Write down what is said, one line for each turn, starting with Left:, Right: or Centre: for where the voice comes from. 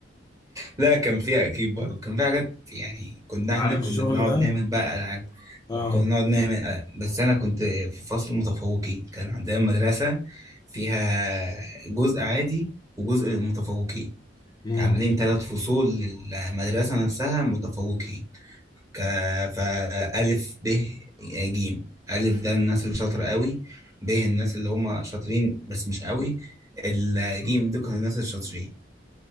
Right: لا كان فيها أكيد برضه كان فيها حاجات يعني كنا
Left: عارف
Right: إحنا كنا
Left: الشغل
Right: بنقعد
Left: ده
Right: نعمل بقى ألعاب
Left: اه
Right: كنا نقعد نعمل آه، بس أنا كنت في فصل متفوقين كان عندنا مدرسة فيها جزء عادي وجزء متفوقين
Left: امم
Right: عاملين ثلاث فصول للمدرسة نفسها متفوقين ك... فألف ب ج ألف ده الناس اللي شاطر قوي ب الناس اللي هم شاطرين بس مش قوي الجيم دول كانوا الناس الشاطرين